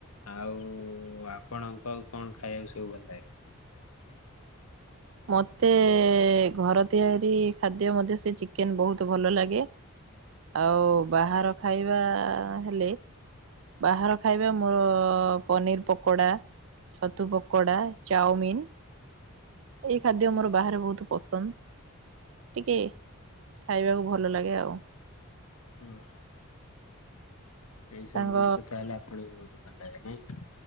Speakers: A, on the left; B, on the right.
A: ଆଉ ଆପଣଙ୍କ କଣ ଖାଇବାକୁ ସବୁ ଭଲ ଲାଗ?
B: ମୋତେ ଘର ତିଆରି ଖାଦ୍ୟ ମଧ୍ୟ ସେ ଚିକେନ ବହୁତ ଭଲ ଲାଗେ ଆଉ ବାହାର ଖାଇବା ହେଲେ ବାହାର ଖାଇବା ମୋ ପନିର ପକୋଡ଼ା, ଛତୁ ପକୋଡ଼ା, ଚାଉମିିନ ଏଇ ଖାଦ୍ୟ ମୋର ବାହାରେ ବହୁତ ପସନ୍ଦ ଟିକେ ଖାଇବାକୁ ଭଲ ଲାଗେ ଆଉ,
A: ହଁ। ଏଇ ସବୁ
B: ସାଙ୍ଗ
A: ଜିନିଷ ତାହେଲେ ଆପଣଙ୍କୁ ବହୁତ ଭଲ ଲାଗେ ନାଇଁ।